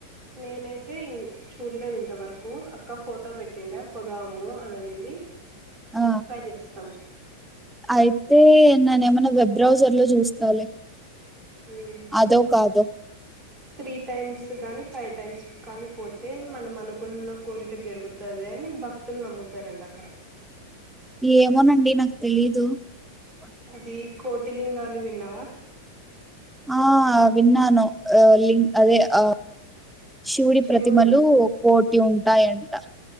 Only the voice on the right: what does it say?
నేనైతే చూడలేదు ఇంతవరకు. అక్క ఫోటో పెట్టిండ పోదాము అని అనింది.
ట్రై చేస్తాం
ఉమ్
త్రీ టైమ్స్ కానీ ఫైవ్ టైమ్స్ కానీ పోతే. మనం అనుకున్న కోరిక జరుగుతది. అని భక్తులు నమ్ముతారంట అక్కడ.
అది కోటి లింగాలు విన్నావా
శివుడు